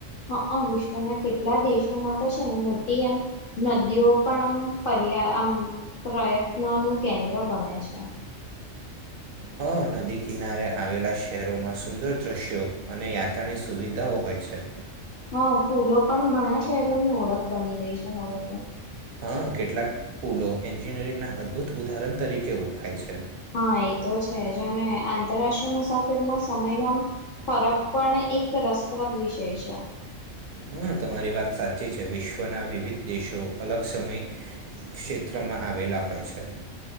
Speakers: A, on the left; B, on the right.
A: હા વિશ્વના કેટલા દેશોમાં તો છે ને મોટ એ આમ નદીઓ પણ આમ પર આમ પ્રયત્ન નું કેન્દ્ર બને છે.
B: હા નદી કિનારે આવેલા શહેરોમાં સુંદર દ્રશ્યો અને યાત્રાની સુવિધાઓ હોય છે.
A: હા પૂલો પણ ઘણા શહેરોની ઓળખ બની ગઈ છે હવે તો.
B: હા કેટલાક પુલો એન્જિનિયરિંગ ના અદ્ભુત ઉદાહરણ તરીકે ઓળખાય છે.
A: હા એ તો છે જ અને આંતરરાષ્ટ્રીય મુસાફરમાં સમયનો ફરક પણ એક રસપ્રદ વિષય છે.
B: હા તમારી વાત સાચી છે વિશ્વના વિવિધ દેશો અલગ સમય ક્ષે માત્રમાં આવેલા હોય છે.